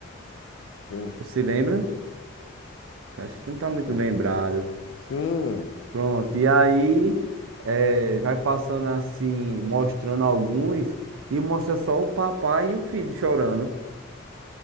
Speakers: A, on the left; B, on the right.
A: Sim,
B: Você se lembra? Acho que tu não tá muito
A: sim.
B: lembrado.
A: Sim.
B: Pronto. E aí, é, vai passando assim, mostrando alguns. E mostra só o papai e o filho chorando.